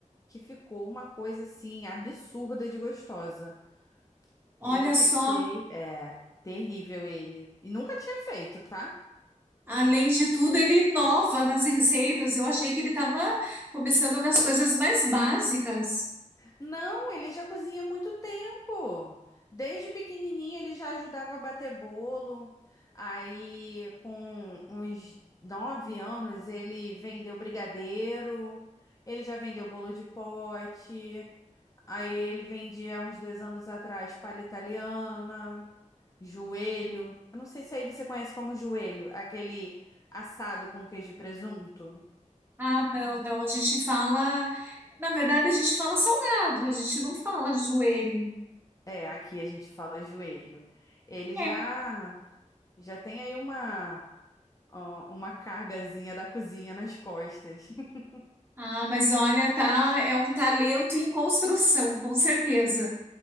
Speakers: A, on the left; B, on the right.
A: que ficou uma coisa assim absurda de gostosa.
B: Olha
A: Eu fiquei,
B: só,
A: é, terrível ele. E nunca tinha feito, tá?
B: além de tudo, ele inova nas receitas. Eu achei que ele estava começando nas coisas mais básicas.
A: Não, ele já cozinha há muito tempo. Desde pequenininho ele já ajudava a bater bolo. Aí, com uns nove anos, ele vendeu brigadeiro. Ele já vendeu bolo de pote. Aí ele vendia uns dois anos atrás palha italiana, joelho. Eu não sei se aí você conhece como joelho, aquele assado com queijo e presunto.
B: Ah, não, não, a gente fala, na verdade a gente fala salgado, a gente não fala joelho.
A: É, aqui a gente fala joelho. Ele já
B: É.
A: Já tem aí uma, ó, uma cargazinha da cozinha nas costas. <laughs>
B: Ah, mas olha, tá, é um talento em construção, com certeza.